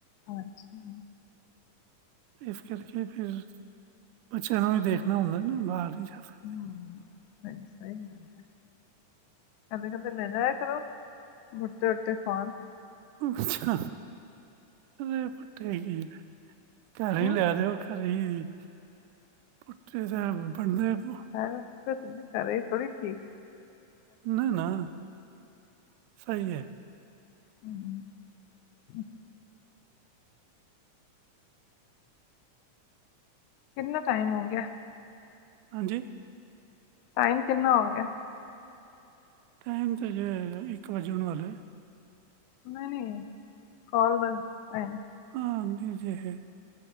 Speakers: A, on the left; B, on the right.
A: ਹਾਂਜੀ,
B: ਇਸ ਕਰਕੇ ਫਿਰ ਬੱਚਿਆਂ ਨੂੰ ਵੀ ਦੇਖਣਾ ਹੁੰਦਾ ਨਾ, ਬਾਹਰ ਨੀ ਜਾ ਸਕ
A: ਹੂੰ, ਸਹੀ ਸਹੀ ਗੱੱਲ ਐ। ਕਦੇ -ਕਦੇ ਲੈ ਜਾਇਆ ਕਰੋ, ਮੂਡ ਦੇ <inaudible> ਉੱਤੇ ਖਾਣ।
B: ਅੱਛਾ ਅ ਪੱਠੇ <inaudible> ਘਰ ਹੀ
A: ਹਮ
B: ਲੈ ਦਿਓ ਘਰ ਹੀ ਜੀ, ਪੁੱਠੇ ਟੈਮ ਵੜਦੇ ਆਂ ਆਪਾਂ।
A: ਹੈ ਓ ਘਰੇ ਥੋੜੀ ਠੀ
B: ਨਾ- ਨਾ ਸਹੀ ਐ।
A: ਹੂੰ, ਹੂ ਕਿੰਨਾ ਟਾਈਮ ਹੋ ਗਿਆ।
B: ਹਾਂਜੀ,
A: ਟਾਈਮ ਕਿੰਨਾ ਹੋ ਗਿਆ।
B: ਟਾਈਮ ਤਾਂ ਜੇ ਇੱਕ ਵੱਜਣ ਵਾਲਾ।
A: ਨਹੀਂ -ਨਹੀਂ, ਕੌਲ ਦਾ ਟੈਮ।
B: ਹਾਂ, ਆਂਦੀ ਹੈ, ਜੇ ਹੈ